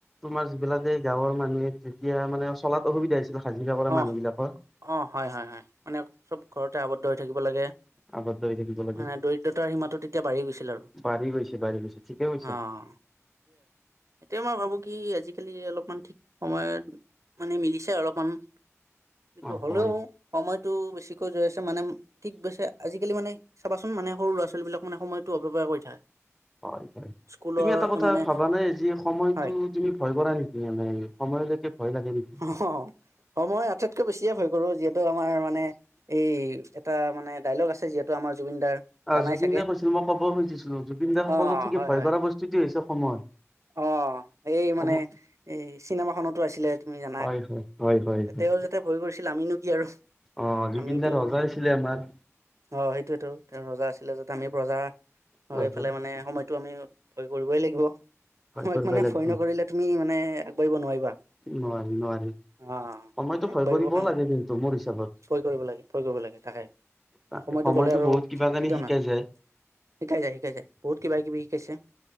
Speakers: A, in the centre; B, on the right.
A: তোমাৰ যিবিলাকে গাঁৱৰ মানুহে তেতিয়া মানে চলাত অসুবিধা হৈছিল হাজিৰা কৰা
B: অ
A: মানুহবিলাকৰ।
B: অ হয় হয় হয় মানে চব ঘৰতে আৱদ্ধ হৈ থাকিব লাগে।
A: আগত দৌৰি থাকিব লাগে
B: মানে দৰিদ্ৰতাৰ সীমাতো তেতিয়া বাঢ়ি গৈছিল আৰু
A: বাঢ়ি গৈছে বাঢ়ি গৈছে ঠিকে কৈছা
B: অ। <unintelligible> এতিয়া মই ভাবো কি আজিকালি অলপমান ঠিক সময়ত মানে মিলিছে অলপমান কিন্তু
A: অ
B: হ'লেও
A: হয়
B: সময়তো বেছিকৈ ৰৈ আছে মানে ঠিক কৈছে, আজিকালি মানে চাবাচোন মানে সৰু ল'ৰা - ছোৱালীবিলাক মানে সময়টো অপব্যয় কৰি থাকে।
A: হয় হয়,
B: স্কুলৰ
A: তুমি এটা কথা
B: মানে
A: ভাবানে যি সময়তো
B: হয়
A: তুমি ভয় কৰা নেকি মানে সময়লৈকে ভয় লাগে নে
B: হ, সময় আটাইতকৈ বেছিয়ে ভয় কৰো যিহেতু আমাৰ মানে এই এটা মানে ডাইলগ আছে যিহেতু আমাৰ জুবিন দাৰ
A: অ
B: জানাই
A: জুবিন
B: চাগে
A: দাই কৈছিল মই ক'ব খুজিছিলো জুবিন দাই সকলোত
B: অ',
A: থাকি
B: হয়
A: ভয়
B: হয়
A: কৰা বস্তুটোৱেই হৈছে সময়
B: অ এই
A: সময়
B: মানে এই চিনেমাখনতো আছিলে তুমি জানা
A: হয় হয় হয়
B: তেৱেঁই
A: হয়
B: যেতিয়া ভয় কৰিছিল আমিনো কি আৰু
A: অ জুবিনদা
B: আমিতো
A: ৰজা আছিলে আমাৰ
B: অ সেইটোৱেতো তেওঁ ৰজা আছিলে য'ত আমি প্ৰজা
A: ভয়
B: এইফালে মানে সময়টো আমি ভয় কৰিবই লাগিব সময়ক
A: কৰিব
B: মানে
A: লাগিব
B: ভয় নকৰিলে তুমি মানে আগবাঢ়িব নোৱাৰিবা
A: নোৱাৰি নোৱাৰি
B: অ আগবাঢ়িবৰ
A: সময়তো ভয় কৰিবও
B: কাৰণে
A: লাগে কিন্তু মোৰ হিচাপত
B: ভয় কৰিব লাগে ভয় কৰিব লাগে তাকে
A: তাকে
B: সময়টো
A: সময়তো
B: গ'লে আৰু
A: বহুত কিবা
B: কেতিয়াও
A: কানি শিকাই
B: নাহে
A: যায়
B: শিকাই যায় শিকাই যায় বহুত কিবা কিবি শিকাইছে